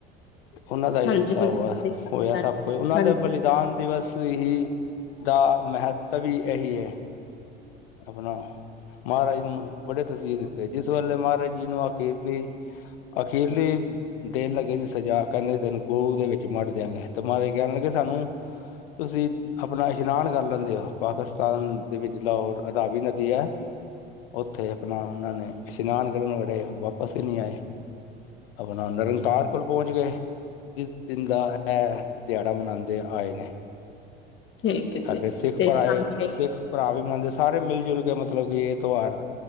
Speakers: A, on the left (about 70°); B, on the left (about 40°).
A: ਓਹਨਾਂ ਦਾ ਈ
B: ਹਾਂਜੀ
A: ਦਿੱਤਾ
B: ਬਿਲਕੁਲ
A: ਹੋਵੈ
B: ਸਹੀ ਗੱਲ
A: ਹੋਇਆ
B: ਹੈ
A: ਸਭ
B: ਤੁਹਾਡੀ
A: ਕੁਝ ਓਹਨਾਂ
B: ਹਾਂਜੀ
A: ਦਾ ਬਲੀ ਦਾਨ ਦਿਵਸ ਹੀ, ਦਾ ਮਹੱਤਵ ਈ ਏਹੀ ਹੈ। ਆਪਣਾ ਮਹਾਰਾਜ ਨੂੰ ਬੜੇ ਤਸੀਹੇ ਦਿੱਤੇ, ਜਿਸ ਵੇਲੇ ਮਹਾਰਾਜ ਜੀ ਨੂੰ ਅਖੀਰ ਲੀ ਅਖੀਰਲੀ ਦੇਣ ਲੱਗੇ ਸੀ ਸਜਾ, ਕੈਹੰਦੇ ਸੀ ਤੈਨੂੰ ਗੋ ਦੇ ਵਿੱਚ ਮੜ ਦੇਆਂਗੇ, ਤੇ ਮਹਾਰਾਜ ਜੀ ਕੈਹਣ ਲੱਗੇ ਸਾਨੂੰ ਤੁਸੀਂ ਆਪਣਾ ਇਸ਼ਨਾਨ ਕਰ ਲੈਂਦੇ ਓ, ਪਾਕਿਸਤਾਨ ਦੇ ਵਿੱਚ ਲਾਹੋਰ ਰਾਵੀ ਨਦੀ ਐ। ਓੱਥੇ ਆਪਣਾ ਉਹਨਾਂ ਨੇ ਇਸ਼ਨਾਨ ਕਰਨ ਵਵੇ ਵਾਪਿਸ ਈ ਨੀ ਆਏ, ਆਪਣਾ ਨਿਰੰਤਾਰ ਕੋਲ ਪਹੁੰਚ ਗਏ। ਜਿਸ ਦਿਨ ਦਾ ਐਹ ਦੇਹਾੜਾ ਮਨਾਂਦੇ ਆਏ ਨੇ।
B: ਠੀਕ ਹੈ
A: ਸਾਡੇ
B: ਜੀ
A: ਸਿੱਖ
B: ਤੇ
A: ਭਰਾਏ
B: ਸ਼ਾਮੀ
A: ਸਿੱਖ ਭਰਾ ਵੀ ਮਨਾਦੇ, ਸਾਰੇ ਮਿਲ ਜੁਲ ਕੇ ਮਤ ਮਤਲਬ ਕਿ ਏਹ ਤਿਉਹਾਰ